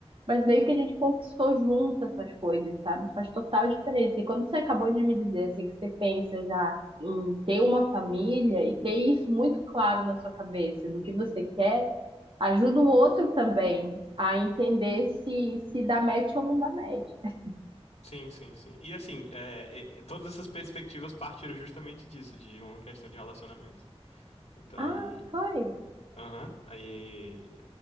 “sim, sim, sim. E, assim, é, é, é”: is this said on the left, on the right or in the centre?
Left